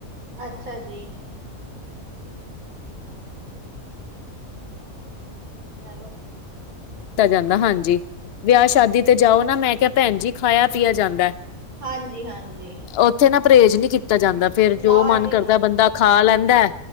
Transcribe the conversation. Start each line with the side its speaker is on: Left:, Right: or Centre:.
Right: ਅੱਛਾ ਜੀ। ਹੈਲੋ,
Left: ਦਿੱਤਾ ਜਾਂਦਾ ਹਾਂਜੀ, ਵਿਆਹ ਸ਼ਾਦੀ ਤੇ ਜਾਓ ਨਾ ਮੈਂ ਕਿਹਾ ਭੈਣ ਜੀ ਖਾਇਆ ਪੀਆ ਜਾਂਦਾ।
Right: ਹਾਂਜੀ, ਹਾਂਜੀ।
Left: ਉੱਥੇ ਨਾ ਪਰਹੇਜ਼ ਨਹੀਂ ਕੀਤਾ ਜਾਂਦਾ, ਫੇਿਰ ਜੋ
Right: ਨਾ
Left: ਮਨ
Right: ਜੀ
Left: ਕਰਦਾ
Right: ਨਾ
Left: ਬੰਦਾ ਖਾ ਲੈਂਦਾ।